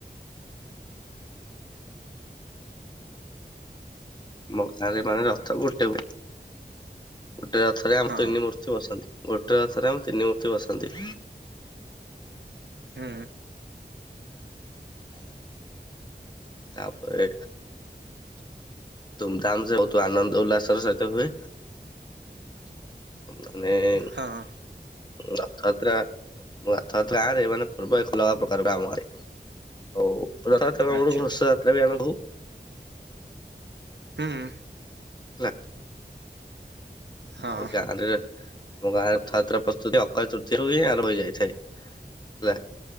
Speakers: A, on the left; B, on the right.
A: ଆମ ଗାଁରେ ମାନେ ରଥ ଗୁଟେହୁଏ ଗୁଟେ ରଥରେ ଆମ
B: ହଁ
A: ତିନି ମୂର୍ତ୍ତି ବସନ୍ତି। ଗୋଟେ ରଥରେ ଆମ ତିନି ମୂର୍ତ୍ତି ବସନ୍ତି।
B: ହୁଁ।
A: ତାପରେ। ଧୁମଧାମ ସେବହୁତ ଆନନ୍ଦ ଉଲ୍ଲାସର ସହିତ ହୁଏ। ମାନେ ଏ ଉଁ।
B: ହଁ
A: ରଥଯାତ୍ରା ରଥଯାତ୍ରା ଗାଁରେ ମାନେ ପୂର୍ବ ଏକ ଅଲଗା ପ୍ରକାର ଟା ଆମ ଘରେ। ହଉ ରଥଯାତ୍ରା କଣ
B: ଆଚ୍ଛା
A: ଗୋଟେ ଘୋଷ ଯାତ୍ରା ବି ଆମେ କହୁ।
B: ହୁଁ ଉଁ।
A: ହେଲା।
B: ହଁ
A: ଗାଁରେ ମୋ ଗାଁରେ ରଥଯାତ୍ରା ପ୍ରସ୍ତୁତି ଅକ୍ଷୟ ତୃତୀୟାରେ ହୁଏ ଆ ଯାଇଥାଏ ହେଲା